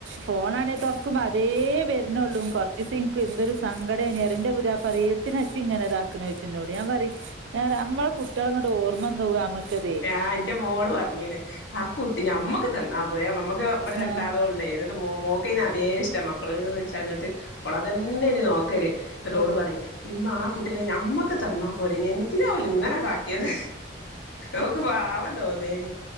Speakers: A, on the right; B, on the left.
A: ഫോണാണേ തൊറക്കുമ്പോ അതേ വെരണുള്ളൂ കൊറച്ച് ദിവസം എനിക്ക് എന്തൊരു സങ്കടേന് ഏറെ എന്റെ <unintelligible> പറയും <unintelligible> ഇങ്ങനെ ഇതാക്കണോ ചോയിച്ചു എന്നോട് ഞാൻ പറയും ഞാ പറയും അമ്മള കുട്ട്യളെ അങ്ങട് ഓർമ്മ വന്നു പോകും അമ്മക്ക് ഇതേ
B: ആഹ് എന്റെ മോള് പറഞ്ഞേണ് ആ കുട്ടി നമ്മക്ക് തന്നാ പോരെ നമ്മക്ക് ഇവിടെ രണ്ടാളും
A: ആഹ്
B: ഉള്ളേത് <unintelligible> മോ മോക്ക് പിന്ന അതേ ഇഷ്ടം മക്കള്ന്ന് വെച്ചാ എന്നിട്ട് ഓള് അതന്നെ ഇനി നോക്കല് എന്നിട്ട് ഓള് പറയും ഇമ്മ ആ കുട്ടിനെ ഞമ്മക്ക് തന്നാ പോരേ അതിനെ എന്തിനാ ഓല് ഇങ്ങനെ കാട്ടിയത് ഓക്ക് പാവം തോന്നേണ്